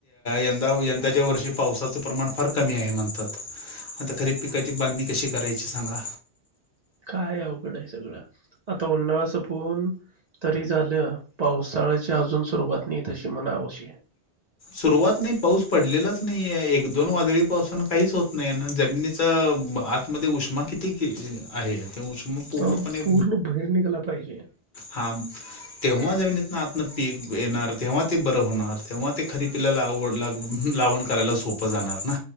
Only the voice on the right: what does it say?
काय अवघड आहे सगळं आता उन्हाळा सपवून तरी झालं पावसाळ्याची अजून सुरुवात नाही तशी म्हणावशी
अत्ता
पूर्ण भाईर निघला पाहिजे